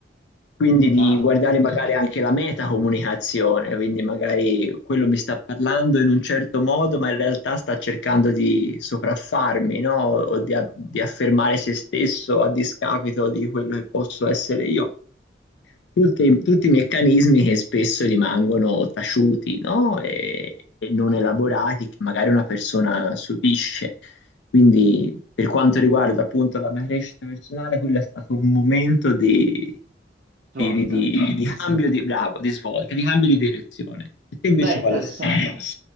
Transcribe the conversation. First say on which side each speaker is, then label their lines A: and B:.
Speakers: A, on the left; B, on the right.
A: Quindi di
B: wow,
A: guardare magari anche la metacomunicazione, quindi magari quello mi sta parlando in un certo modo, ma in realtà sta cercando di sopraffarmi, no? O di, a- di affermare se stesso a discapito di quello che posso essere io tutti, tutti i meccanismi che spesso rimangono taciuti, no? E, e non elaborati, che magari una persona subisce. Quindi, per quanto riguarda appunto la mia crescita personale, quello è stato un momento di,
B: volta.
A: di- di- di- di cambio di, bravo, di svolta, di cambio di direzione. E te invece
B: Beh, interessante.
A: quale è stato?